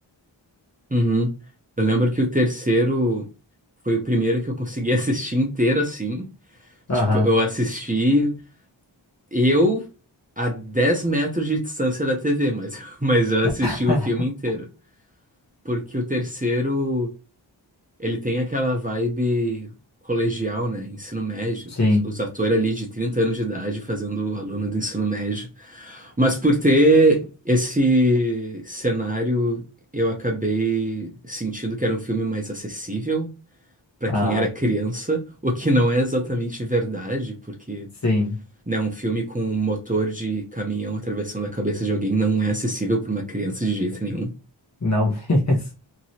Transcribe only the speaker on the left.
Aham.
<laughs>
Sim.
Aham.
Sim.
Não <laughs> mesmo.